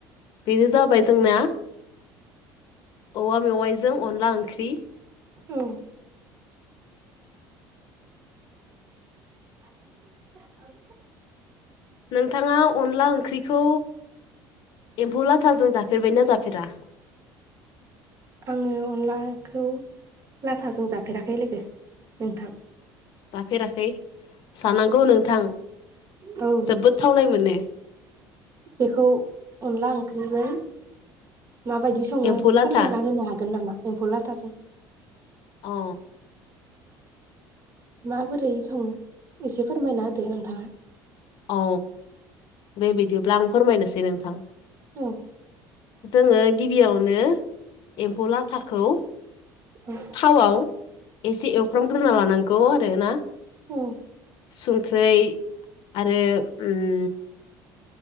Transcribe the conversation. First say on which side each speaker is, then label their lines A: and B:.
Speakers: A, on the left; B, on the right.
A: बेनो जाबाय जोंना औवा मेवाइजों अनला ओंख्रि।
B: औ। <inaudible>
A: नोंथाङा अनला ओंख्रिखौ एम्फौ लाथाजों जाफेरबाय ना जाफेरा?
B: आङो अनलाखौ लाथाजों जाफेराखै लोगो नोंथां।
A: जाफेराखै? जानांगौ नोंथां
B: औ
A: जोबोद थावनाय मोनो।
B: बेखौ अनला ओंख्रिजों माबायदि सङो
A: एम्फौ लाथा
B: फोरमायना होनो हागोन नामा एम्फौ लाथाजों?
A: औ।
B: माबोरै सङो एसे फोरमायना होदो नोंथाङा
A: औ बे बिदिब्ला आं फोरमायनोसै नोंथां
B: औ
A: जोङो गिबियावनो एम्फौ लाथाखौ
B: औ
A: थावआव एसे एवफ्रामग्रोना लानांगौ आरो ना
B: उम
A: संख्रै आरो उम